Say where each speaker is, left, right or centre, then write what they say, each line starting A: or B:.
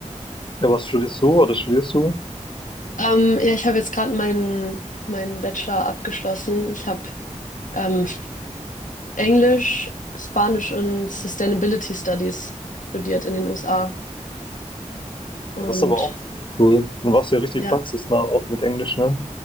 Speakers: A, on the left; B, on the left.
A: Ja, was studierst du oder studierst du?
B: Ähm, ja, ich habe jetzt gerade meinen meinen Bachelor abgeschlossen. Ich habe ähm, Englisch, Spanisch und Sustainability Studies studiert in den USA. Und
A: Und das ist aber auch ziemlich cool. Und warst ja richtig
B: ja,
A: praxisnah, auch mit Englisch, ne?